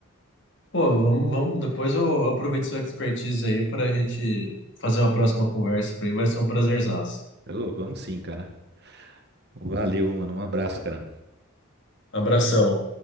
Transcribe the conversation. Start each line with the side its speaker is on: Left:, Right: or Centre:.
Left: Pô, vamos, vamos, depois eu aproveito sua expertise aí para a gente fazer uma próxima conversa. para mim vai ser um prazerzaço.
Right: Ô, vamos sim, cara. Valeu, mano. Um abraço, cara.
Left: Abração.